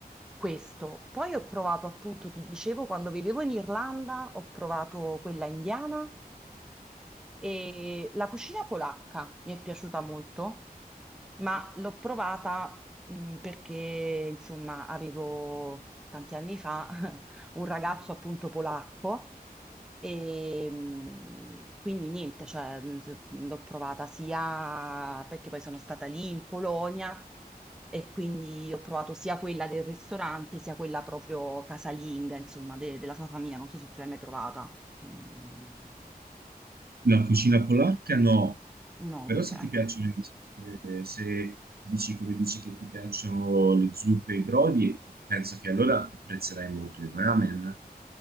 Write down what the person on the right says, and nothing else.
La cucina polacca no,
però
se ti piacciono, eh, se dici come dici che ti piacciono le zuppe e i brodi, penso che allora apprezzerai molto il ramen.